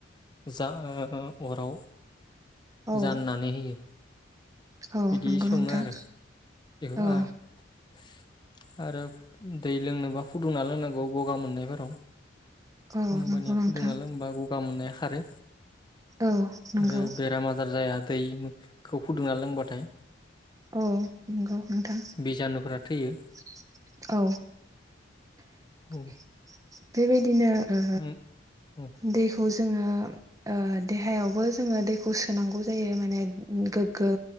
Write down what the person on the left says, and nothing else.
जा अराव
जाननानै होयो
बिदि
सङो
आरो। बे
<inaudible> आरो दै लोंनोबा फुदुंना लोंनांगौ गगा मोननायफोराव।
होमबानिया
फुदुंना लोंबा गगा मोननाया खारो।
आरो बेराम आजार जाया दैखौ फुदुंना लोंबाथाय
बिजानुफोरा थैयो
औ
औ औ